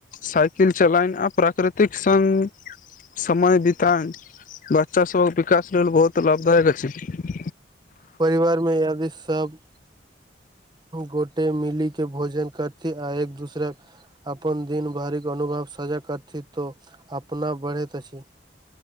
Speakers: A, on the left; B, on the right.
A: साइकिल चलायना प प्राकृतिक संग समय बितंग बच्चा सबक विकास लेल बहुत लाभ दायक अछि छै
B: परिवार में यदि सब गोटे मिली के भोजन करती आ एक दूसरा अपन दिन भरि के अनुभव सजा करथिन तो अपना बढ़ैत अछी